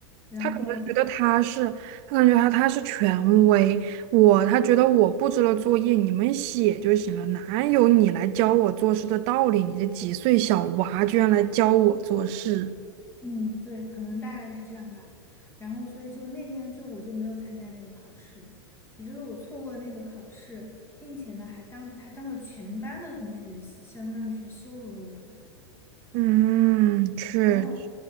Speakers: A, on the left; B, on the right.
A: 然后
B: 他可能觉得他是，他感觉他他是权威，我他觉得我布置了作业，你们写就行了，哪有你来教我做事的道理？你这几岁小娃居然来教我做事，
A: 嗯，对，可能大概是这样吧。然后，所以就那天就我就没有参加那个考试，也就是我错过了那个考试，并且呢还当着他当着全班的同学，相当于是羞辱了我嘛。
B: 嗯，确，
A: 然后，